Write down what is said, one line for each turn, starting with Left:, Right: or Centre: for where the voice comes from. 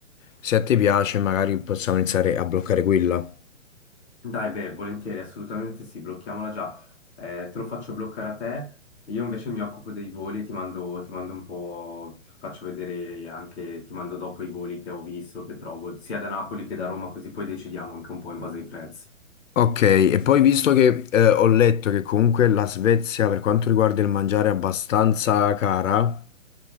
Left: se a te piace magari possiamo iniziare a bloccare quella.
Centre: Dai, beh, volentieri, assolutamente sì, blocchiamola già. Eh, te lo faccio bloccare a te, io invece mi occupo dei voli, ti mando, ti mando un po', ti faccio vedere anche, ti mando dopo i voli che ho visto, che trovo, sia da Napoli che da Roma, così poi decidiamo anche un po' in base ai prezzi.
Left: Ok, e poi visto che eh, ho letto che comunque la Svezia per quanto riguarda il mangiare è abbastanza cara,